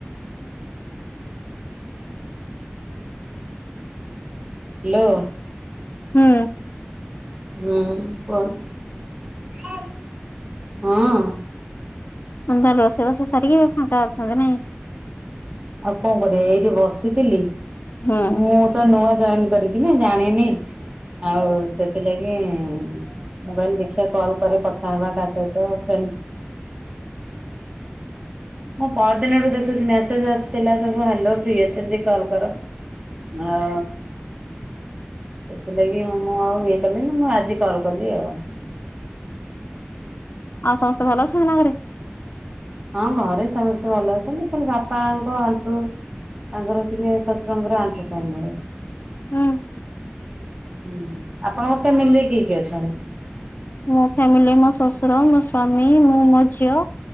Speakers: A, on the right (about 25°); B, on the left (about 55°).
A: ହାଲୋ।
B: ହୁଁ।
A: ହୁଁ କୁହନ୍ତୁ ହ।
B: ହୁଁ ତାହାଲେ ରୋଷେଇବାସ ସାରିକି ଫାଙ୍କା ଅଛନ୍ତି ନାଇଁ।
A: ଆଉ କଣ କରିବା? ଏଇଠି ବସିଥିଲି
B: ହୁଁ।
A: ମୁଁ ତ ନୂଆ ଜଏନ୍ କରିଚି ନା ଜାଣିନି ଆଉ ସେଥିଲାଗି ମୁ କହିଲି ଦେଖିବା କଲ କରେ କଥା ହବା କାହା ସହିତ ଫେ ମୁଁ ପରଦିନଠୁ ଦେଖୁଛି ମେସେଜ ଆସୁ ଥିଲା ସବୁ ହଲୋ ଫ୍ରି ଅଛନ୍ତି କଲ୍ କର ଆ ସେଥିଲାଗି ମୁଁ ଆଉ ଇଏ କଲିି ନି ମୁଁ ଆଜି କଲ୍ କଲି ଆଉ।
B: ଆଉ ସମସ୍ତେ ଭଲ ଅଛନ୍ତି ନା ଘରେ।
A: ହଁ ଘରେ ସମସ୍ତେ ଭଲ ଅଛନ୍ତି ଖାଲି ବାପାଙ୍କ ଆଣ୍ଠୁ ତାଙ୍କର ଟିକେ ଶଶୁରଙ୍କ ର ଆଣ୍ଠୁ ପେନ ହୁଏ।
B: ହୁଁ
A: ହୁଁ ଆପଣଙ୍କ ଫାମିଲି ରେ କିଏ କିଏ ଅଛନ୍ତି?
B: ମୋ ଫ୍ୟାମିଲି ମୋ ଶଶୁର ମୋ ସ୍ଵାମୀ ମୁଁ ମୋ ଝିଅ।